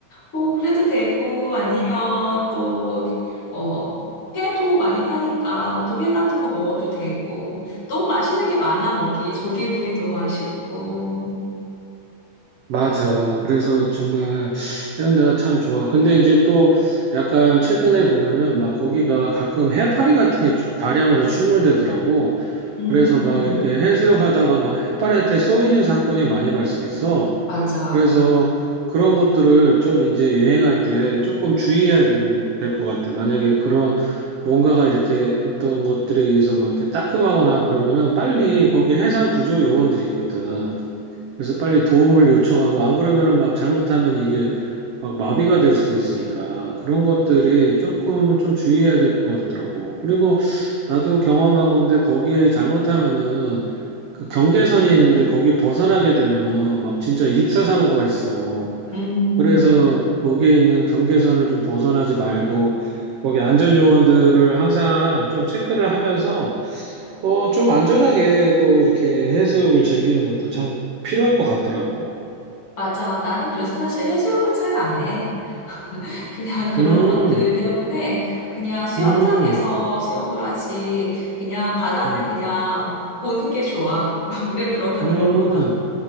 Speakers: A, on the left; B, on the right.
A: 뭐 그래도 되고 아니면 또 어, 회도 많이 파니까 또 회 같은 거 먹어도 되고 너무 맛있는 게 많아 거기 조개구이도 맛있고
B: 맞아. 그래서 정말 이런 데가 참 좋아. 근데 이제 또 약간 최근에 보면은 막 거기가 가끔 해파리 같은 게 다량으로 출몰되더라고.
A: 음
B: 그래서 막 이렇게 해수욕 하다가 막 해파리한테 쏘이는 사건이 많이 발생했어.
A: 맞아
B: 그래서 그런 것들을 좀 이제 여행할 때 조금 주의해야 된- 될것 같아. 만약에 그런 뭔가가 이렇게 어떤 것들에 의해서 막 이렇게 따끔하거나 그러면은 빨리 거기 해상 구조 요원들이 있거든. 그래서 빨리 도움을 요청하고 안 그러면은 막 잘못하면 이게 막 마비가 될 수도 있으니까 그런 것들이 조금 좀 주의해야 될 것 같더라고. 그리고 나도 경험한 건데 거기에 잘못하면은 그 경계선이 있는데 거기 벗어나게 되면은 막 진짜 익사 사고가 있어.
A: 음
B: 그래서 거기에 있는 경계선을 좀 벗어나지 말고 거기 안전 요원들을 항상 좀 체크를 하면서 어, 좀 안전하게 또 이렇게 해수욕을 즐기는 것도 참 필요할 것 같더라고.
A: 맞아 나는 그래서 사실 해수욕은 잘 안 해. <laughs> 그냥 그런
B: 음,
A: 것들 때문에 그냥 수영장에서
B: 음,
A: 수영을 하지 그냥 바다는
B: 음,
A: 그냥 보는 게 좋아 <laughs> 물에 들어가는
B: 음,
A: 것보다